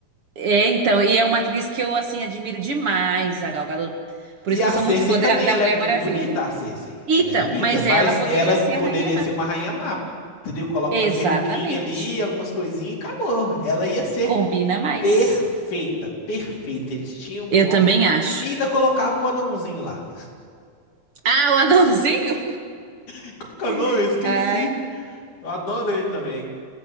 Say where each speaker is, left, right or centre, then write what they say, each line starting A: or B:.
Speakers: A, on the right (about 50°); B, on the left (about 85°).
A: É, então. E é uma atriz que eu, assim, admiro demais, a Gal Gadot. Por
B: E
A: isso
B: a
A: que eu sou
B: Cersei
A: muito fã
B: também,
A: da, da
B: ela
A: Mulher
B: é muito
A: Maravilha.
B: bonita, a Cersei.
A: Então,
B: Ela é linda,
A: mas
B: mas
A: ela poderia
B: ela
A: ser a
B: poderia
A: Rainha Má.
B: ser uma rainha má, entendeu? Coloca
A: Exatamente.
B: umas verruguinhas ali, algumas coisinhas, e acabou. Ela ia ser
A: Combina mais.
B: perfeita, perfeita. Eles tinham como.
A: Eu também acho.
B: E ainda colocava o anãozinho lá.
A: Ah, o anãozinho?
B: Qual que é o nome?
A: <laughs>
B: Eu esqueci.
A: Ai.
B: Eu adoro ele também.